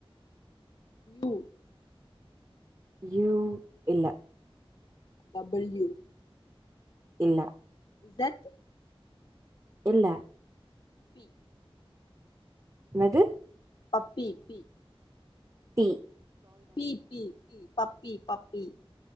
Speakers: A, on the left (about 60°); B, on the right (about 35°).
A: யூ
B: யூ இல்ல
A: டபுள்யூ
B: இல்ல
A: இஸெட்
B: இல்ல
A: பி
B: என்னது
A: puppy B
B: D
A: B B B puppy puppy